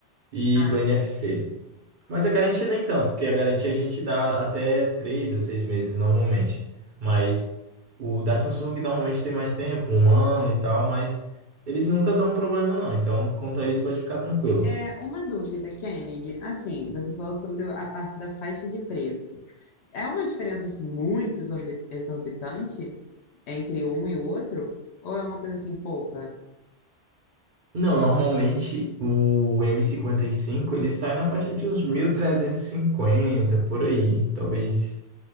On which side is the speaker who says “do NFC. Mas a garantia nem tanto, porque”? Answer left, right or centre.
Right